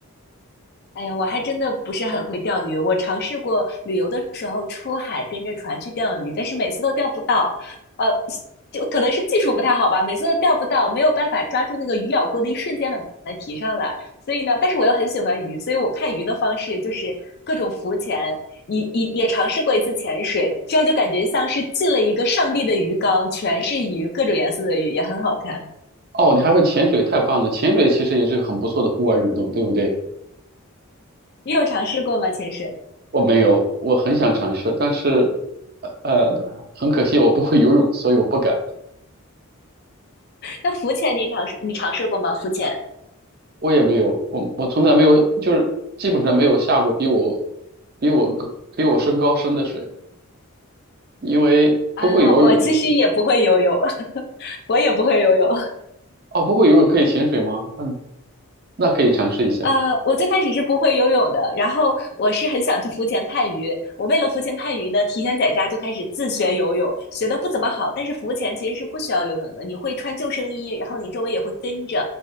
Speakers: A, on the left (about 45°); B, on the right (about 45°).
A: 哎呀，我还真的不是很会钓鱼。我尝试过旅游的时候出海跟着船去钓鱼，但是每次都钓不到。呃，就可能是技术不太好吧，每次都钓不到，没有办法抓住那个鱼咬钩的一瞬间把它提上来。所以呢，但是我又很喜欢鱼，所以我看鱼的方式就是各种浮潜，也也也尝试过一次潜水，这样就感觉像是进了一个上帝的鱼缸，全是鱼，各种颜色的鱼，也很好看。
B: 哦，你还会潜水，太棒了！潜水其实也是个很不错的户外运动，对不对？
A: 你有尝试过吗？潜水？
B: 我没有，我很想尝试，但是，呃，呃很可惜我不会游泳，所以我不敢。
A: 那浮潜你尝试你尝试过吗？浮潜？
B: 我也没有，我我从来没有，就是基本上没有下过比我比我个比我身高深的水，因为不会游泳的是，
A: 啊，我其实也不会游泳，<laughs> 我也不会游泳。
B: 哦，不会游泳可以潜水吗？嗯，那可以尝试一下，
A: 呃，我最开始是不会游泳的，然后我是很想去浮潜看鱼。我为了浮潜看鱼呢，提前在家就开始自学游泳，学的不怎么好，但是浮潜其实是不需要游泳的，你会穿救生衣，然后你周围也会跟着，